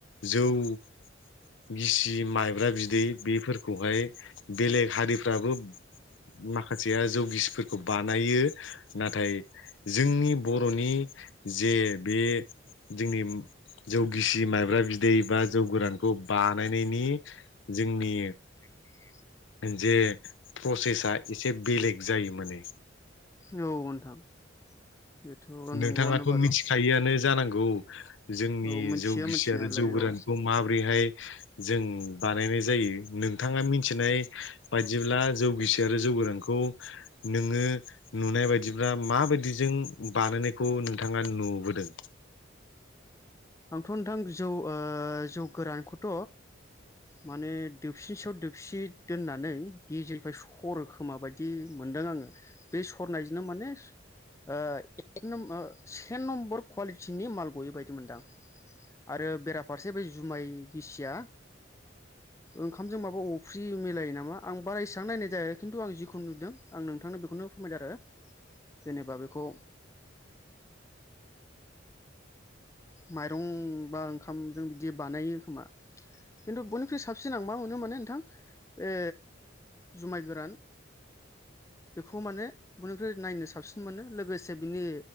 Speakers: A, on the left; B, on the left.
A: जौ औ गिसि माइब्रा बिदै बेफोरखौहाय बेलेग हारिफ्राबो माखासेया जौगिसफोर खौ बानायो नाथाय जोंनि बरनि जे बे जोंनिम जौ गिसि माइब्रा बिदै बा जौ गोरानखौ बानायनायनि जोंनि
B: जोंनि
A: जे प्रसेसाआ एसे बेलेग जायो माने
B: औ नोंथां बेथ'
A: नोंथाङाथ
B: नंगौआनो बारु
A: मिथिखायोआनो जानांगौ औ जोंनि
B: औ मिथियो
A: जौ गिसि
B: मिथिनायालाय
A: आरो जौ गोरानखौ
B: औ
A: माबोरैहाय जों बानायनाय जायो नोंथाङा मिथिनाय बायदिब्ला जौगिसि आरो जौ गोरानखौ नोङो नुनाय बायदिब्ला माबायदिजों बानायनायखौ नोंथाङा नुबोदों
B: आंथ नोंथां जौ ओ जौ गोरानखौथ माने दोबसिनि सायाव दोबसि दोननानै गेजेरनिफ्राय सरोखोमा बायदि मोन नुदों आङो बे सरनायजोंनो माने ओ एक न्मब से नम्बर कुवालिटिनि माल गयै बायदि मोनदां आरो बेराफारसे बे जुमाय गिसिया ओंखामजों माबा अफ्रि मिलायो नामा आं बारा इसां नायनाय जाया खिन्थु आं जिखुन नुदों आं नोंथांनो बेखौनो फोरमायदों आरो जेनेबा बेखौ ओ माइरं बा ओंखामजों बिदि बानायो खोमा खिन्थु बयनिख्रुइ साबसिन आं मा मोनो माने नोंथां ए जुमाय गोरान बेखौ माने बयनिख्रुइ नायनो साबसिन मोनो लोगोसे बिनि